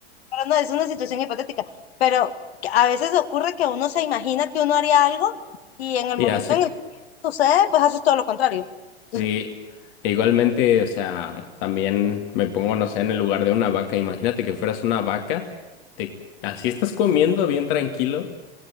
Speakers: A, on the left; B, on the left.
A: pero no es una situación hipotética, pero que a veces ocurre que uno se imagina que uno haría algo y en el
B: Y
A: momento
B: hace
A: en el que eso sucede, pues haces todo lo contrario.
B: Sí,
A: <laughs>
B: e igualmente, o sea, también me pongo, no sé, en el lugar de una vaca. Imagínate que fueras una vaca, te, así estás comiendo bien tranquilo